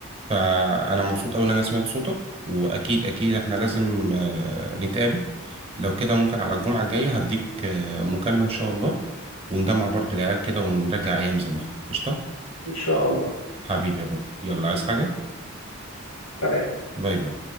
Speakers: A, on the right (about 25°); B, on the left (about 80°).
A: فأنا مبسوط أوي إن أنا سمعت صوتك وأكيد أكيد إحنا لازم آه، نتقابل لو كده ممكن على الجمعة الجاية هديك آه، مكالمة إن شاء الله ونجمع برضو العيال كده ونرجع أيام زمان قشطة
B: ان شاء الله
A: حبيبي يا بابا يلا عايز حاجة
B: فلا
A: باي باي